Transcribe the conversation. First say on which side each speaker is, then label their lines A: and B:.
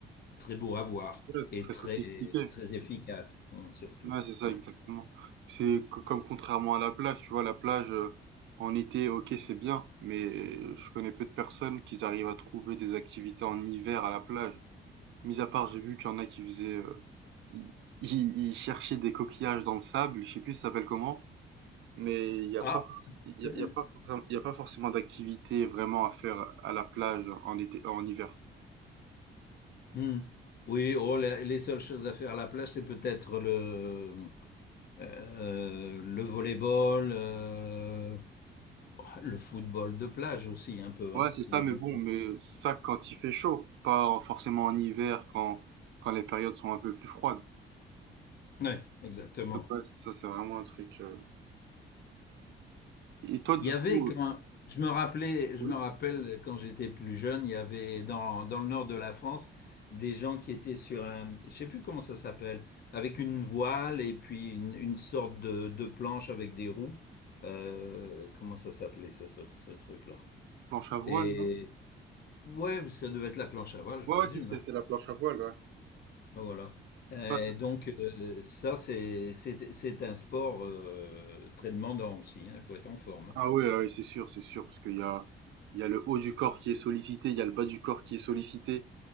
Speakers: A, on the left; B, on the right.
A: très beaux à voir
B: Ouais, c'est
A: et
B: très
A: très
B: sophistiqué.
A: très efficaces, hein, surtout.
B: Ouais, c'est ça,
A: Ouais.
B: exactement. C'est co- comme contrairement à la plage, tu vois, la plage, euh, en été, ok, c'est bien, mais je connais peu de personnes qui arrivent à trouver des activités en hiver à la plage. Mis à part, j'ai vu qu'il y en a qui faisaient, euh, ils ils- ils cherchaient des coquillages dans le sable, je sais plus ça s'appelle comment. Mais il n'y a
A: Ah.
B: pas forc- il y
A: <clears throat>
B: a, il y a pas
A: <laughs>
B: forc- il y a pas forcément d'activité vraiment à faire à la plage en été, en hiver.
A: Hmm. Oui, oh, la- les seules choses à faire à la plage, c'est peut-être le Euh, le volleyball, euh, bah, le football de plage aussi un peu,
B: Ouais,
A: hein,
B: c'est ça,
A: de
B: mais
A: nos
B: bon,
A: jours.
B: mais ça quand il fait chaud, pas en- forcément en hiver quand quand les périodes sont un peu plus froides.
A: Ouais, exactement.
B: Donc ouais, ça c'est vraiment un truc. euh. Et toi, du
A: Il y
B: coup,
A: avait quand
B: euh,
A: je me rappelais, je
B: oui,
A: me rappelle quand j'étais plus jeune, il y avait dans, dans le nord de la France des gens qui étaient sur un, je sais plus comment ça s'appelle, avec une voile et puis une, une sorte de, de planche avec des roues. Euh, comment ça s'appelait ça, ce, ce truc-là?
B: planche à voile,
A: Et
B: non?
A: ouais, ça devait être la planche à voile, je
B: Ouais,
A: présume,
B: ouais, si c'est
A: hein.
B: c'est la planche à voile, ouais.
A: Voilà. Euh,
B: Ouais, c'est-
A: donc, euh, ça, c'est c'est- c'est un sport euh, très demandant aussi. hein. Il faut être en forme.
B: ah ouais, ah ouais, c'est sûr, c'est sûr, parce qu'il y a il y a le haut du corps qui est sollicité, il y a le bas du corps qui est sollicité.